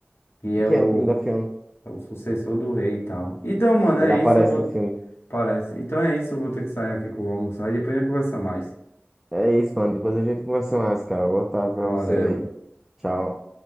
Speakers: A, on the left (about 75°); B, in the centre.
A: que
B: E
A: é
B: quem
A: o,
B: é o primo da Fiona?
A: é o sucessor do rei e tal. Então, mano,
B: Ele
A: é
B: aparece
A: isso, eu vou.
B: no filme.
A: Parece. Então é isso, eu vou ter que sair aqui que eu vou almoçar e depois a gente conversa mais.
B: É isso, mano. Depois a gente conversa mais, cara. Boa tarde pra
A: Valeu.
B: você aí. Tchau.